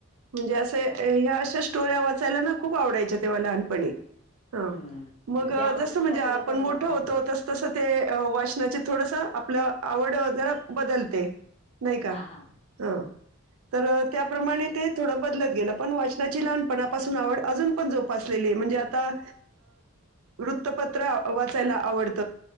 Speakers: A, on the right; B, on the left.
A: म्हणजे असं
B: हा
A: ह्या अशा स्टोर्या वाचायला ना. खूप आवडायं तेव्हा लहानपणी. हा
B: हम्म.
A: मग
B: ती आवड
A: जसं
B: तुम्ही
A: म्हणजे
B: आता
A: आपण
B: पुढे पण
A: मोठं
B: जोपासले
A: होतो तस. तस ते वाचना थोडस आपल्या आवड <unintelligible> बदलते. नाही का
B: हा हा
A: हा तर त्याप्रमाणे ते थोड बदलत गेलं पण वाचनाची लहानपणापासून आवड अजून पण जोपासलेली आहे, म्हणजे आता वृत्तपत्र वाचायला आवडे. <unintelligible>